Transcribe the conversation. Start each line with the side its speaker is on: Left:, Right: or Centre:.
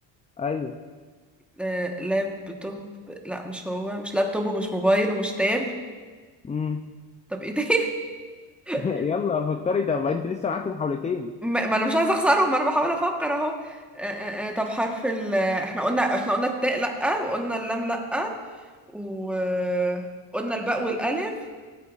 Left: ايوه
Centre: آه لابتوب لا مش هو مش لابتوب ومش موبايل ومش تاب
Left: امم
Centre: طب ايه تاني
Left: <laughs>
Centre: <laughs>
Left: يلا فكري ده بقى انت لسه معاكي محاولتين
Centre: ما ما انا مش عايزه اخسرهم انا بحاول افكر اهو آه، آه، آه، طب حرف ال احنا قلنا احنا قلنا التاء لأ وقلنا اللام لأ وقلنا الباء والألف